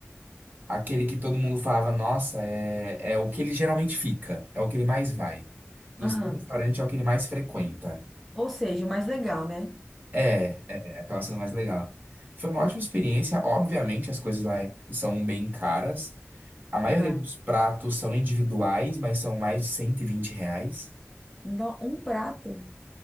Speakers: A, on the right; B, in the centre.
A: aquele que todo mundo falava, nossa, é, é o que ele geralmente fica, é o que ele mais vai. Dos
B: aham.
A: três restaurantes é o que ele mais frequenta.
B: Ou seja, o mais legal, né?
A: É, é, acaba sendo mais legal. Foi uma ótima experiência. Obviamente, as coisas lá é- são bem caras. A maioria
B: Ah,
A: dos pratos são individuais, mas são mais de 120 reais.
B: não dá um prato,